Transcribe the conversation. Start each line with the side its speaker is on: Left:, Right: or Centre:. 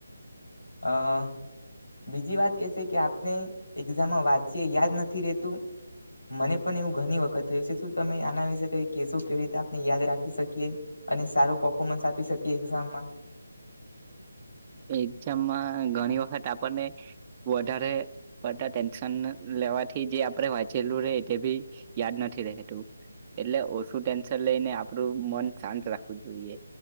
Left: આ બીજી વાત એ છે કે આપને એક્ઝામમાં વાંચીએ યાદ નથી રેતું મને પણ એવું ઘણી વખત થયું છે શું તમે આના વિશે કંઈક કેસો કેવી રીતે આપને યાદ રાખી શકીએ અને સારો પફોમન્સ આપી શકીએ એક્ઝામમાં.
Right: એક્ઝામમાં ઘણી વખત આપણને વધારે પડતા ટેન્શન લેવાથી જે આપણે વાંચેલું રે તે ભી યાદ નથી રહે તું. એટલે ઓછું ટેન્શન લઈને આપડું મન શાંત રાખવું જોઈએ